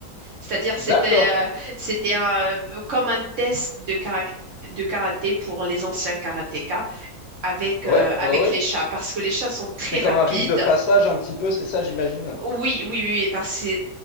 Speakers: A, on the right (about 65°); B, on the left (about 80°).
A: C'est-à-dire, c'était,
B: d'accord.
A: euh, c'était un- comme un test de caractère de karaté pour les anciens karatékas avec,
B: Ouais,
A: euh, avec
B: ouais, ouais.
A: les chats, parce que les chats sont très
B: C'est
A: rapides
B: comme un rite de passage un petit peu, c'est ça, j'imagine?
A: oui, oui, oui, oui, parce que